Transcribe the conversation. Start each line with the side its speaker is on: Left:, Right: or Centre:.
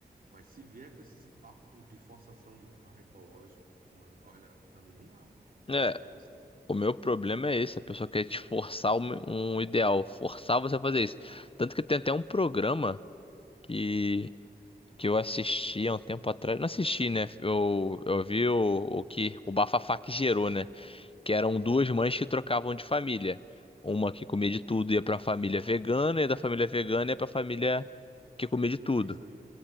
Right: Mas se vier com esses papos de forçação de barra ecológico, mano, olha, pra mim não dá. Não
Left: É.
Right: sei pra você.
Left: O meu problema é esse. A pessoa quer te forçar um, um ideal. Forçar você a fazer isso. Tanto que tem até um programa que, que eu assisti há um tempo atrás. Não assisti, né? Eu, eu vi o, o que o bafafá que gerou, né? que eram duas
Right: Uhum.
Left: mães que trocavam de família. Uma que comia de tudo ia pra família vegana, e da família vegana ia pra família que comia de
Right: Eu
Left: tudo.
Right: vi isso daí,